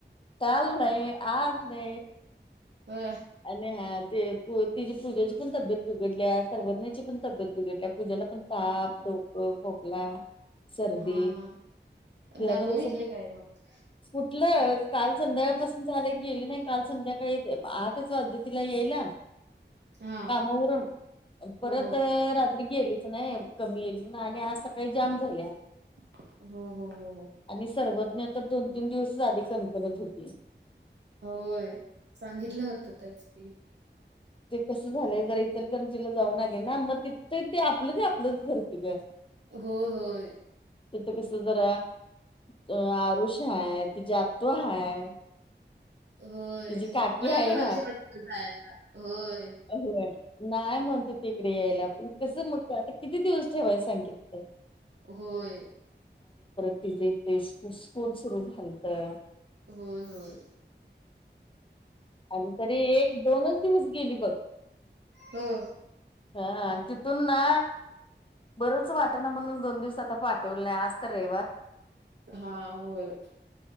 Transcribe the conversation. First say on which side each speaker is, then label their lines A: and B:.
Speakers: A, on the left (about 30°); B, on the right (about 65°).
A: काल नाही आज नाही
B: अ
A: आणि हा ते तिची पूजेची पण तब्येत बिघडल्या सर्वज्ञची पण तब्येत बिघडल्या पूजा पण ताप ोक खोकला सर्दी
B: हा हा
A: तिला
B: दाखवून
A: मधी
B: घेतले काय मग
A: कुठलंच काल संध्याकाळपासून झाले गेले नाही काल संध्याकाळी येत आतच वाजले तिला यायला
B: हा
A: कामावरून परत
B: हो हो
A: रात्री गेलीच नाही कमी येईल आणि आज सकाळी जाम झाल्या
B: हम्म हम्म हम्म हम्म
A: आणि सर्वज्ञ तर दोन तीन दिवस आधी कणकणत होती
B: होय सांगितलं होतं त्याच कि
A: ते कसं झालंय जरा इतलकंजीला जाऊन आले ना मग ति ते आपलं ते आपलंच घरती ग
B: हो होय
A: तिथं कस जरा अ आरुष हाय, तिजि आत्तू हाय.
B: होय
A: तिची काकी
B: नाही
A: आई
B: म्हणाल ते वाटत जायला होय
A: अ नाही म्हणतो त तीकडे यायला पण कसं मग आता किती दिवस ठेवाय सांगितल
B: होय
A: ति जे ते स्कु स्कूल सुरू झालत.
B: होय होय.
A: आणि तरी एक दोनच दिवस गेली बघ
B: हो
A: ह तिथून ना बरंच वाट ना म्हणून दोन दिवसात पाठवले आज तर रविवार
B: हा होय